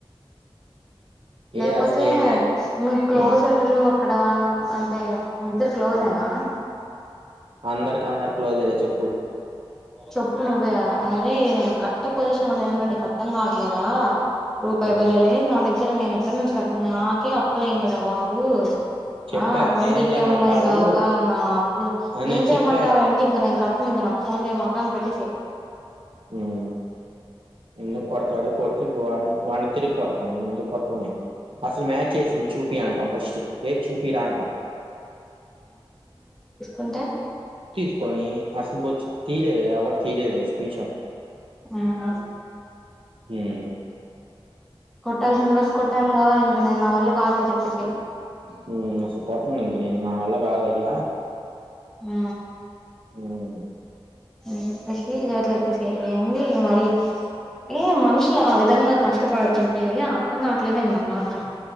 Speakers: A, in the centre; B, on the right (about 65°).
A: లేపోతే
B: ఏదసలు ఏ మ్యాచ్
A: మీకు క్లోజ్
B: ఆ!
A: ఎవరు అక్క్ డా అంటే మీ ఇద్దరు క్లోజేనా
B: హ్మ్. అందరికి అందరు క్లోజేలే చెప్పు
A: చెప్పు నువ్వే అరే నేను కట్టే పొజిషన్ లో లేను రా నీకర్దం కాట్లేదా రూపాయి
B: హ్మ్.
A: బిళ్లలేదు నాదగ్ ఇక్కడ నేను ఎక్కడ నుంచి కట్టను నాకే అప్పులు అయినరా బాబు
B: చెప్పా
A: ఆ బండి
B: నేనేం
A: ఈ
B: చేయమంటావు?
A: ఎం ఐ కాకా నా అప్పులు
B: అని నేను
A: ఏం చేయమంటావేంటి
B: చెప్పా.
A: ఇంక నేను కట్టను ఇంక ఫోన్ చేయమాక అని పెట్టేసెయ్.
B: హ్మ్ ఎందుకు కొడతాడు కొడితే వాడినే వాడిని తిరిగి కొడతాం ఎందుకు కొట్టం ఏంది అసలు మ్యాచ్ చేసింది చూపి అంటాం ఫస్ట్ ఏది చూపి రా అంటా
A: ఉంట
B: తీసుకోని అసలు వచ్చి తీయలేదు కాబట్టి తీయలేదులే స్క్రీన్ షాట్
A: ఆహా
B: హ్మ్
A: కొట్టాల్సినంతవరకు కొట్టానుగా ఇంక నేను నా వల్ల కాదని చెప్పేసేయ్.
B: మ్మ్ స కొట్నింక నా వళ్ళ కాద అయ
A: ఆ
B: మ్మ్
A: అని చెప్పేసి ఇది అట్లచ్చేసి ఏంది మరి ఏ మనుషులు ఆ విధంగా కష్టపడుతుంటే అర్థం కావట్లేదంది ఆ మాత్రం